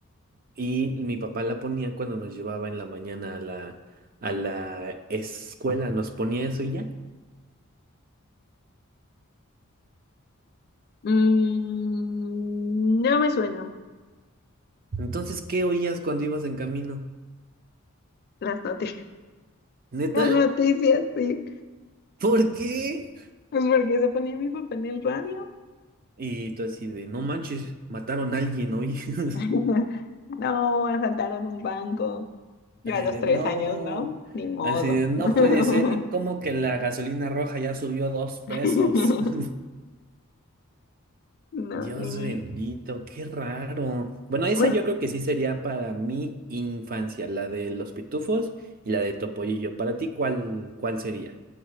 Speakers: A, on the right; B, on the left.
A: Y mi papá la ponía cuando nos llevaba en la mañana a la, a la escuela, nos ponía eso y ya.
B: Mm, no me suena.
A: Entonces, ¿qué oías cuando ibas en camino?
B: Las noticias, <laughs>
A: ¿Neta?
B: las noticias, sí.
A: ¿Por qué?
B: Pues porque se ponía mi papá en el radio.
A: Y tú así de, no manches, mataron a alguien hoy.
B: <laughs>
A: <laughs>
B: No, asaltaron un banco. Yo
A: Así
B: a los
A: de,
B: tres
A: no,
B: años, ¿no? Ni modo.
A: así de, no
B: <laughs>
A: puede ser, ¿cómo que la gasolina roja ya subió dos pesos?
B: <laughs>
A: <laughs>
B: No,
A: Dios
B: ni...
A: bendito, qué raro. Bueno, esa
B: pues,
A: yo creo que sí sería para mi infancia, la de los pitufos y la de Topollillo. Para ti, ¿cuál, cuál sería?